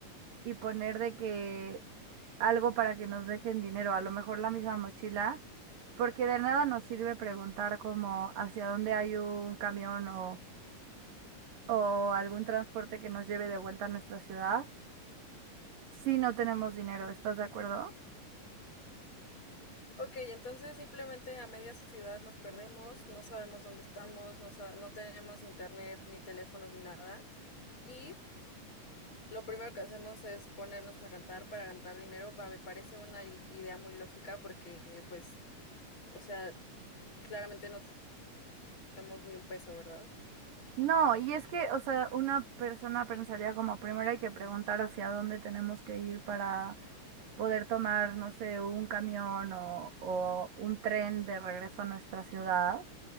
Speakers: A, on the right (about 90°); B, on the left (about 35°).
A: y poner de que algo para que nos dejen dinero, a lo mejor la misma mochila, porque de nada nos sirve preguntar como hacia dónde hay un camión o, o algún transporte que nos lleve de vuelta a nuestra ciudad si no tenemos dinero, ¿estás de acuerdo?
B: Ok, entonces simplemente a media ciudad nos perdemos, no sabemos dónde estamos, no, sa- no tenemos internet, ni teléfonos, ni nada. Y lo primero que hacemos es ponernos a cantar para ganar dinero. Va, me parece una il- idea muy lógica porque, pues, o sea, claramente no tenemos ni un peso, ¿verdad?
A: No, y es que, o sea, una persona pensaría como primero hay que preguntar hacia dónde tenemos que ir para poder tomar, no sé, un camión o, o un tren de regreso a nuestra ciudad,